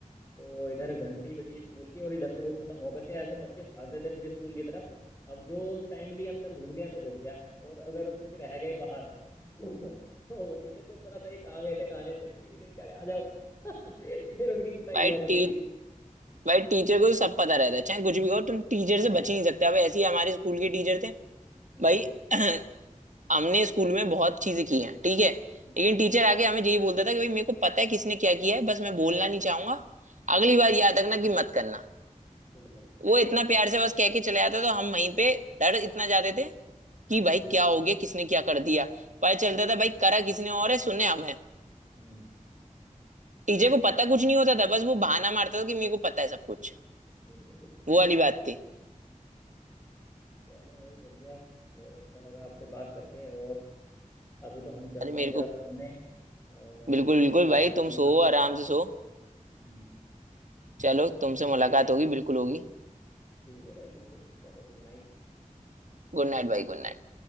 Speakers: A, on the left; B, on the right.
A: तो इधर घंटी बजी स्कूल की और इधर से वो खत्म होकर के ऐसे बच्चे भागते थे फिर स्कूल की तरफ अब जो टाइमली अंदर घुस गया तो घुस गया और अगर कुछ रह गए बाहर तो तो टीचर को भी पता था ये कहाँ गए थे कहाँ नहीं टीवी देख कर आ जाओ <laughs> फिर उनकी कुटाई
B: भाई
A: हुआ करती
B: टी
A: थी
B: भाई टीचर को तो सब पता रहता है चाहे कुछ भी कहो तुम टीचर
A: हाँ
B: से बच ही नहीं सकते अब ऐसे ही हमारे स्कूल के टीचर थे
A: हम्म
B: भाई <clears throat> हमने स्कूल में बहुत चीजें की हैं ठीक है लेकिन
A: हम्म
B: टीचर आके हमें यही बोलता था कि भाई मेरे को पता है किसने क्या किया है बस मैं बोलना नहीं चाहूंगा अगली
A: हम्म,
B: बार याद रखना कि मत करना
A: बिल्कुल
B: वो इतना प्यार से बस कह के चले जाता तो हम वहीं पे डर इतना जाते थे कि
A: हम्म
B: भाई क्या हो गया किसने क्या कर दिया पता चलता था भाई करा किसने और है सुने हमें
A: हम्म
B: टीचर को पता कुछ नहीं होता था बस वो बहाना मारता था कि मेरे को पता है सब कुछ
A: बिल्कुल बिल्कुल
B: वो वाली बात थी
A: चलो भाई बढ़िया बहुत अच्छा लगा आपसे बात करके और अभी तो हम चलते
B: अरे मेरे
A: हैं जरा
B: को
A: सोने और
B: बिल्कुल बिल्कुल
A: कल
B: भाई
A: फिर
B: तुम
A: मुलाकात
B: सो आराम
A: करेंगे
B: से सो
A: आपसे हम्म
B: चलो
A: चलो
B: तुमसे मुलाकात होगी बिल्कुल होगी
A: ठीक है भाई बिल्कुल चलो गुड नाइट
B: गुड नाइट भाई गुड नाइट